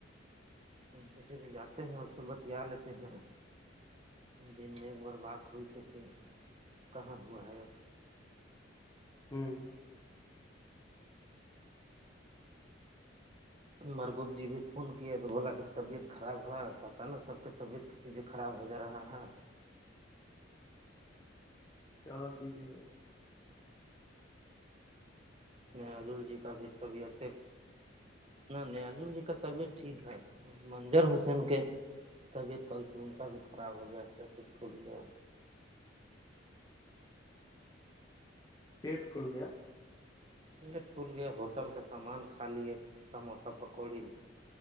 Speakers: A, on the right (about 30°); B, on the left (about 20°).
A: ہم سوچے کہ جاتے ہیں اب سے بتیا لیتے ہیں دن میں ایک بار بات ہوئی کہ پھر کہاں ہوا ہے اب
B: ہوں ہوں
A: مرگوب جی بھی فون کیے تو بولا کہ طبیعت خراب ہے پتہ نا سب کی طبیعت چیز خراب ہو جا رہا ہے
B: کیا کی جے گا
A: اس نے عجول جی کا بھی طبیعت ایک نہ نیازل جی کا طبیعت ٹھیک ہے منجر حسین کے طبیعت کل سے ان کا بھی خراب ہو گیا ہے تبیب ھٹ گیا
B: پیٹ پھل گیا
A: یہ ٹھول گیا ہوٹل کا سامان کالی ہے سموسہ پکوڑی